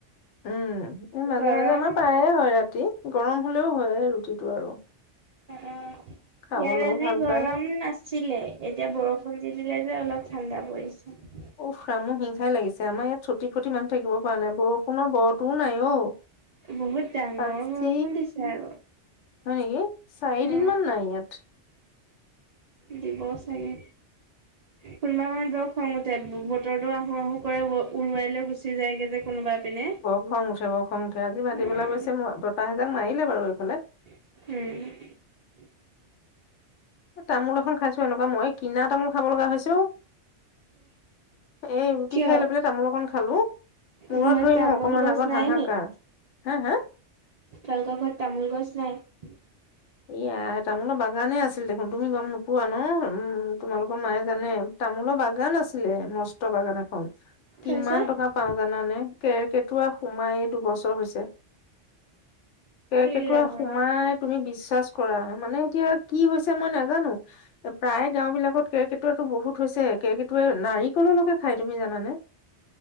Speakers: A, on the left; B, on the right.
A: উম এ মাজে
B: গৰম
A: মাজে আমাৰ প্ৰায়ে হয় ৰাতি গৰম হলেও হয়। টো আৰু
B: অ
A: খাবলৈও
B: ইয়াত আজি
A: ভাল
B: গৰম
A: পায়
B: নাছিলে এতিয়া বৰষুণ দি দিলে যে অলপ- ঠাণ্ডা পৰিছে।
A: উামো হিংসাই লাগিছে আমাৰ ইয়াত চুটি ফটি মানুহ থাকিব পৰা নাই বৰষুণৰ বৰতোও নাই অ
B: বহুত ডাঙৰ
A: আজি
B: বৰষুণ দিছে আৰু
A: হয় নেকি চাৰিদিনমান
B: অ',
A: নাই ইয়াত
B: দিব চাগে। কোনোবাখনত বক খং উঠে বতৰটো আহো আহো কৰে উৰুৱাই লৈ গুচি যায়গে যে কোনোবা। পিনে।
A: ব খং উঠে ব খং উঠে আজি ভাতি
B: উম,
A: পেলাই অৱশ্যে বতাহেজাক মাৰিলে বাৰু এইফালে
B: উম
A: এ তামোল এখন খাইছো এনেকুৱা মই কিনা তামোল খাব লগা হৈছো এ ৰুটি
B: কিয়
A: খাই লৈ পেলাই তামোল অকণ খালো। মূৰত
B: ঘৰত
A: ধৰিমো
B: তামোল
A: অকমান
B: গছ
A: আগত
B: নাই
A: হাহাকাৰ হা হা।
B: তইতৰ ঘৰত তামোল গছ নাই।
A: এয়া তামোলৰ বাগানে আছিল দেখোন তুমি গম নোপোৱা ন উম তোমালোকৰ মায়ে জানে তামোলৰ বাগান আছিলে মস্ত বাগান এখন
B: তাৰপিছত
A: কিমান টকা পাও জানানে কেৰকেটোৱা সোমাই দুবছৰ হৈছে। কেৰকেটোৱা
B: এই ৰাম
A: সোমাই তুমি বিচ কৰা মানে এতিয়া কি হৈছে মই নাজানো এ প্ৰায় গাও বিলাকত কেৰ্কেটুৱাটো বহুত হৈছে তাকে সেইটোৱে নাৰিকললৈকে খাই তুমি জানা নে